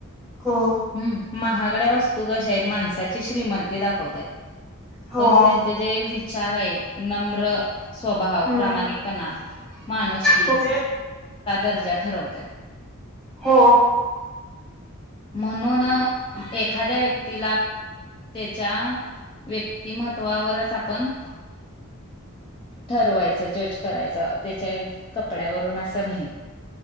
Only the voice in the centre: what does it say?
हो
हो
हम्म
खूप
हो.